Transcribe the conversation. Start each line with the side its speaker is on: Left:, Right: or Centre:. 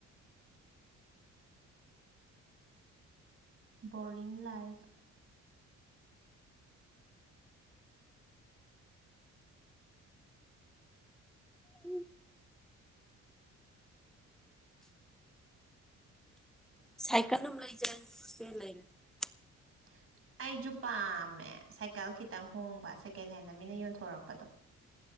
Right: ꯕꯣꯔꯤꯡ ꯂꯥꯏꯐ
Centre: ꯎꯝ ꯁꯥꯏꯀꯜ ꯑꯃ ꯂꯩꯖꯤꯔ <unintelligible>
Right: <unintelligible> ꯑꯩꯖꯨ ꯄꯥꯝꯃꯦ ꯁꯥꯏꯀꯜ ꯈꯤꯇꯪ ꯍꯣꯡꯕ ꯁꯦꯀꯦꯟ ꯍꯦꯟꯗ ꯃꯤꯅ ꯌꯣꯟꯊꯣꯔꯛꯄꯗꯣ